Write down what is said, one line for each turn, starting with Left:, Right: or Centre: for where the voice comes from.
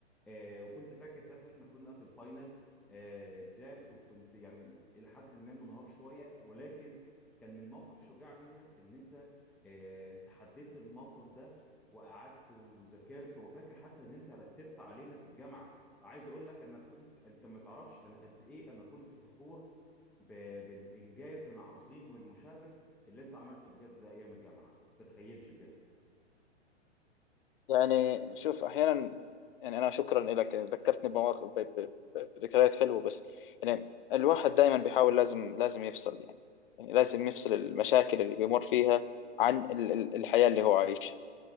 Centre: آه، وكنت فاكر ساعتها احنا كنا في الفاينل اكزامز وكنت يعني الى حد ما منهار شويه ولكن كان من موقف شجاع منك ان انت آه، تحديت الموقف ده وقعدت وذاكرت وفاكر حتى ان انت رتبت علينا في الجامعه عايز اقول لك انا كنت انت ما تعرفش انا قد ايه انا كنت فخور ب... بالانجاز العظيم والمشرف اللي انت عملته بجد ده ايام الجامعه ما تتخيلش بجد
Left: يعني شوف احيانا يعني انا شكرا لك ذكرتني بمواقف ب- ب- ب- بذكريات حلوه بس يعني الواحد دائما بيحاول لازم لازم يفصل يعني يعني لازم يفصل المشاكل اللي بيمر فيها عن ال- ال- الحياه اللي هو عايشها